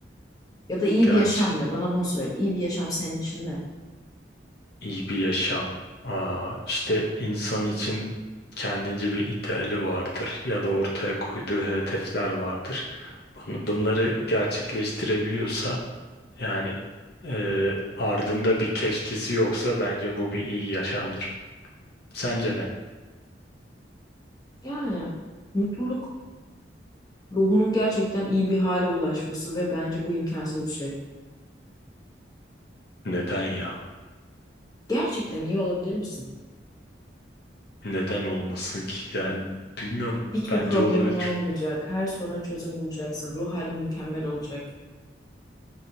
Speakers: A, on the left; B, on the left.
A: Ya da iyi
B: gerçi
A: bir yaşam ne? Bana bunu söyle. İyi bir yaşam senin için ne?
B: iyi bir yaşam. Aa, işte insan için kendince bir ideali vardır ya da ortaya koyduğu hedefler vardır. Bun- Bunları gerçekleştirebiliyorsa yani e, ardında bir keşkesi yoksa bence bu bir iyi yaşamdır. Sence ne?
A: Yani mutluluk ruhunun gerçekten iyi bir hale ulaşması ve bence bu imkansız bir şey.
B: Neden ya?
A: Gerçekten iyi olabilir misin?
B: Neden olmasın ki? Yani bilmiyorum.
A: Hiçbir
B: Bence
A: problemin
B: olabilir.
A: olmayacak. Her soruna çözüm bulacaksın. Ruh halin mükemmel olacak.